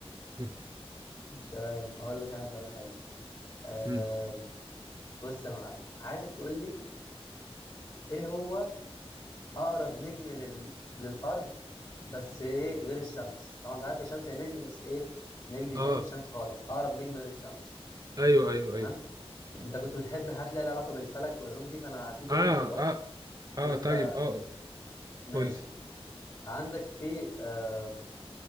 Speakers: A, on the right; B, on the left.
A: <laughs>
B: تمام أقول لك أنا سؤال حلو آه،
A: مم.
B: بص يا معلم عايزك تقول لي ايه هو اقرب نجم لل... للارض بس ايه غير الشمس طبعا انت عارف الشمس هي نجم بس ايه نجم بيساك
A: اه
B: من الشمس خالص اقرب نجم غير الشمس
A: ايوه ايوه
B: تمام
A: ايوه
B: انت كنت بتحب حاجات ليها علاقه بالفلك والعلوم دي فانا هديك برضه
A: اه
B: اختيارات
A: اه اه
B: وانت
A: طيب اه
B: تقول لي. ماشي
A: قول لي
B: عندك في آه